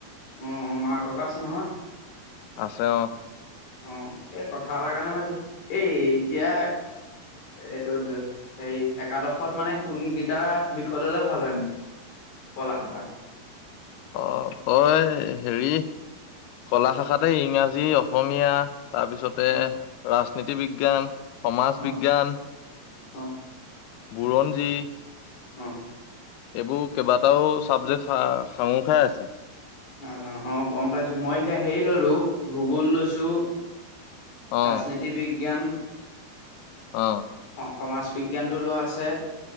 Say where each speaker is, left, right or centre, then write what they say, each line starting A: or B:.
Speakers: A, on the left; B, on the left.
A: উম। মা, ককা আছে নহয়?
B: আছে অ।
A: অ, এই কথা এটাৰ কাৰণে মাৰিলো, এই এতিয়া এইটোত হেৰি, একাদশত মানে কোনগিটা, বিষয় ল'লে ভাল হয়নো ক'লা শাখাত?
B: অ, তই হেৰি কলা শাখাতে ইংৰাজী, অসমীয়া তাৰপিছতে
A: অ
B: ৰাজনীতি বিজ্ঞান সমাজ বিজ্ঞান
A: অ, অ।
B: বুৰঞ্জী।
A: অ'।
B: এইবোৰ কেইবাটাও চাবজেক্ট চা সাঙুৰ খাই আছে।
A: আ আ অ গম পাইছো মই এতিয়া হেৰি ললো ভূগোল লৈছো,
B: অ
A: ৰাজনীতি বিজ্ঞান,
B: অ
A: অ সমাজ বিজ্ঞানটো লোৱা আছে,